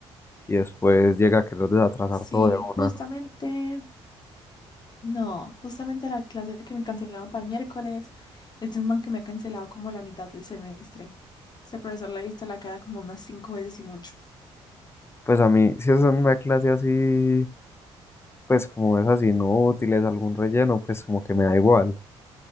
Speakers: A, on the left; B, on the left.
A: y después llega a querer desatrasar
B: Sí,
A: todo de
B: justamente.
A: una.
B: No, justamente la clase que me cancelaron para el miércoles es de un man que me ha cancelado como la mitad del semestre. Ese profesor le he visto la cara como unas cinco veces y mucho.
A: Pues a mí, si es una clase así, pues como es esas inútiles, algún relleno, pues como que me da igual,